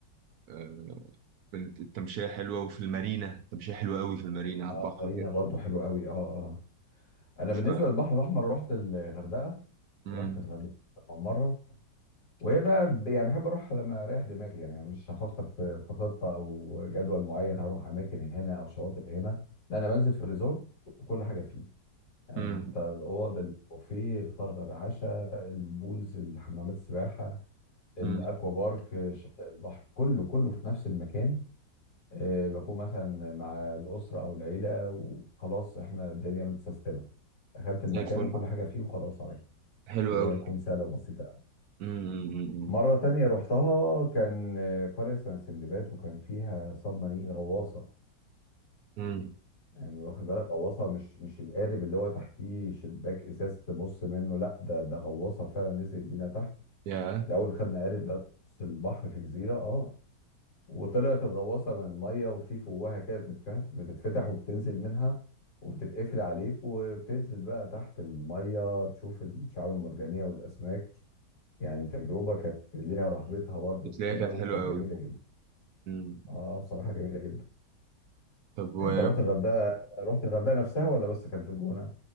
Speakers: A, on the right (about 70°); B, on the left (about 60°).
A: آه، كانت التمشية حلوة وفي المارينا التمشية حلوة قوي في المارينا على
B: اه
A: البحر
B: مارينا
A: كده
B: برضو حلو قوي اه اه انا
A: ف...
B: بالنسبه للبحر الاحمر رحت الغردقه
A: مم.
B: رحت الغردقه طبعاً مره وهي بقى ب- يعني بحب اروح لما اريح دماغي يعني مش هفكر في في خطه او جدول معين هروح اماكن هنا او شواطئ هنا لا انا بنزل في الريزورت وكل حاجه فيه يعني
A: مم.
B: انت الاوض البوفيه فطار غدا عشاء البولز الحمامات السباحه الاكوا
A: امم
B: بارك شاطئ البحر كله كله في نفس المكان آه، بكون مثلا مع الاسره او العيله وخلاص احنا الدنيا متسيستمه دخلت المكان
A: زي الفل
B: وكل حاجه فيه وخلاص على كده
A: حلو
B: الدنيا
A: قوي
B: تكون سهله وبسيطه
A: امم
B: مرة تانية رحتها كان آه، قرية اسمها سندباد وكان فيها سب مارين غواصة
A: امم
B: يعني واخد بالك غواصة مش مش القارب اللي هو تحتيه شباك إزاز تبص منه لا ده ده غواصة فعلا نزلت بينا تحت
A: يا
B: الأول خدنا قارب لغاية نص البحر في جزيرة اه وطلعت الغواصة من المية وفي فوهة كده بتتفتح بتتفتح وبتنزل منها وبتتقفل عليك وبتنزل بقى تحت المية تشوف الشعاب المرجانية والأسماك يعني تجربة كانت ليها رهبتها برضو
A: بتلاقيها
B: كده
A: كانت
B: وكانت
A: حلوه قوي
B: جميلة جدا
A: امم
B: اه بصراحة جميلة جدا
A: طب و...
B: يعني انت رحت الغردقة رحت الغردقة نفسها ولا بس كان في الجونة